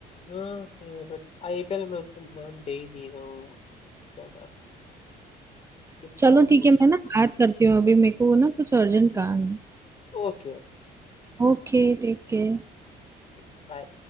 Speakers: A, on the left (about 40°); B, on the right (about 15°).
A: हाँ है बट आईपीएल में मैं उतना ध्यान दे ही नहीं रहा हूँ ज्यादा कि सारा
B: चलो
A: मूड
B: ठीक है मैं ना बात करती हूँ अभी मेरे को ना कुछ अर्जेंट काम है
A: Okay okay
B: Okay take care
A: ठीक बाय